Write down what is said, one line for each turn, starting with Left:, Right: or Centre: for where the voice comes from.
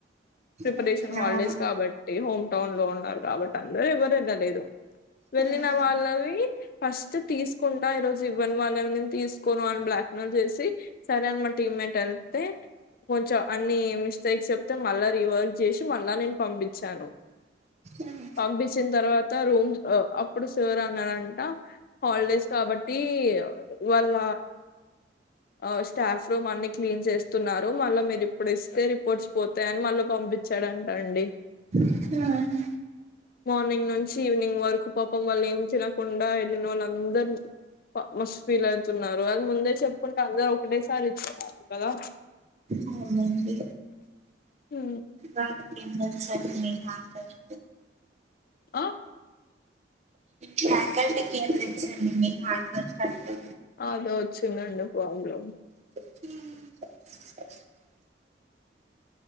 Left: ప్రిపరేషన్
Right: ఉమ్,
Left: హాలిడేస్
Right: అవును
Left: కాబట్టి ఏ హోమ్ టౌన్ లో ఉన్నరు కాబట్టి అందరుూ ఎవరు ఎల్ల లేదు వెళ్ళిన
Right: ఉమ్,
Left: వాళ్ళవి ఫస్ట్ తీసుకుం ఈ రోజు ఇవ్వని వాళ్ళవి నేను తీసుకోను అని బ్లాక్మెయిల్ చేసి సరే అని మా టీమ్మేట్ వెళ్తే కొంచెం అన్ని మిస్టేక్ చెప్తే మళ్ళా రీవర్క్ చేసి మళ్ళా నేను పంపించాను
Right: ఉమ్,
Left: పంపించిన తర్వాత రూమ్ అ అప్పుడు సార్ అన్నారంట హాలిడేస్ కాబట్టి వాళ్ళ ఆ స్టాఫ్ రూమ్ అన్ని క్లీన్ చేస్తున్నారు మళ్ళా మీరు ఇప్పుడు ఇస్తే రిపోర్ట్స్ పోతు తయ్ అని మళ్ళ పంపించాడంటా అండి
Right: హు
Left: మార్నింగ్ నుంచి ఈవినింగ్ వరకు పాపం వాళ్ళు ఏం తినకుండా వెళ్ళిన వాళ్ళ అందరు మస్ ఫీల్ అవుతున్నారు అది ముందే చెప్పుంటే అందరు ఒకటేసారి ఇచ్చే వాళ్ళు కదా
Right: అవునండి
Left: హు
Right: దానికే మ్ తెలుస్సార్ మీ కాన్ పనీ
Left: ఆ
Right: ఫ్యాకల్టీకిి ఏం తెల్సండి మీ హార్డ్ వర్క్ అతు
Left: అదే వచ్చిందండి ప్రాబ్లం
Right: హ